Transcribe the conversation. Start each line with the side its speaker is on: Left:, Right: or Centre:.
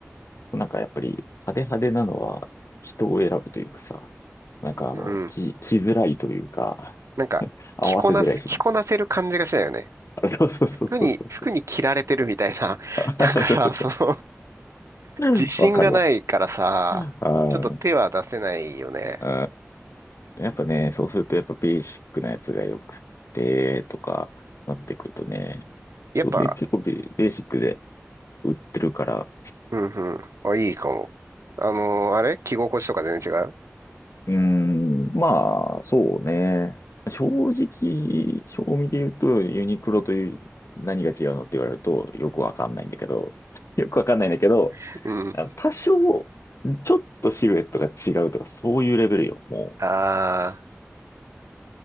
Left: なんかやっぱり派手派手なのは人を選ぶというかさ、なんかあの、
Right: うん。
Left: 着、着づらいというか、
Right: なんか、
Left: 合わせづらいしね。
Right: 着こなす、着こなせる感じがしないよね。
Left: <laughs> そうそうそうそうそう。
Right: 服に、服に着られてるみたいな。
Left: <laughs>
Right: <laughs> なんかさ、
Left: そうそ
Right: その
Left: う。
Right: 自信がないからさ、
Left: わかるわ。うん。あー
Right: ちょっと手は出せないよね。
Left: うん。やっぱね、そうするとやっぱベーシックなやつがよくて、とかなってくるとね。
Right: やっぱ、
Left: で、結構ベベーシックで売ってるから、
Right: うんうん。あ、いいかも。あのーあれ着心地とか全然違う
Left: うーん、まあ、そうね。正直、正味で言うと、ユニクロという何が違うのって言われると、よくわかんないんだけど、よくわかんないんだけど、
Right: <laughs> うん。
Left: あの多少、ちょっとシルエットが違うとか、そういうレベルよ、も
Right: ああ、